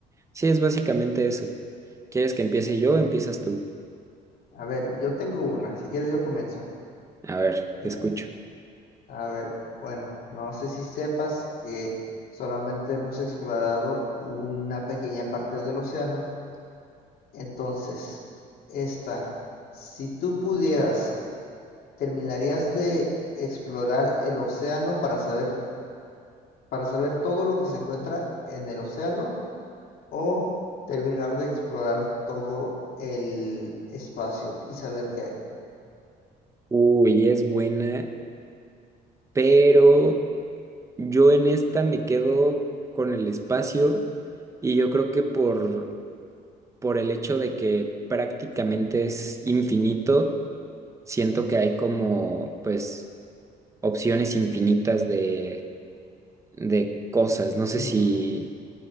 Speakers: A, on the right; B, on the left.
A: Sí, es básicamente eso. ¿Quieres que empiece
B: Bueno,
A: yo o empiezas tú?
B: a ver, yo tengo una. Si quieres, yo comienzo.
A: A ver,
B: Mira,
A: te escucho.
B: A ver, bueno, no sé si sepas que solamente hemos explorado una pequeña parte del océano. Entonces, esta, si tú pudieras, ¿terminarías de explorar el océano para saber, para saber todo lo que se encuentra en el océano o terminar de explorar todo el espacio y saber qué hay?
A: Uy, es buena, pero yo en esta me quedo con el espacio y yo creo que por, por el hecho de que prácticamente es infinito, siento que hay como, pues opciones infinitas de, de cosas.
B: Sí.
A: No sé si,